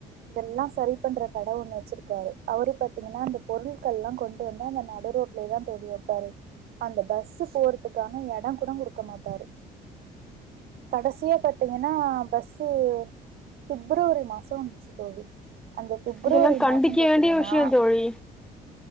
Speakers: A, on the right; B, in the centre.
A: இதெல்லாம் சரி பண்ற கடை ஒன்னு வச்சிருக்காரு அவரு பாத்தீங்கன்னா அந்த பொருட்கல்லாம் கொண்டு வந்தா அந்த நடு ரோட்லதான் தோழி வைப்பாரு அந்த பஸ்ஸு போறதுக்கான எடம் கூட குடுக்க மாட்டாரு கடைசியா பாத்தீங்கன்னா பஸ்ஸு பிப்ரவரி மாசம் வந்துச்சி தோழி அந்த பிப்ரவரி
B: இதெல்லாம் கண்டிக்க
A: மாசோ பாத்தீங்கன்னா
B: வேண்டிய விஷயம் தோழி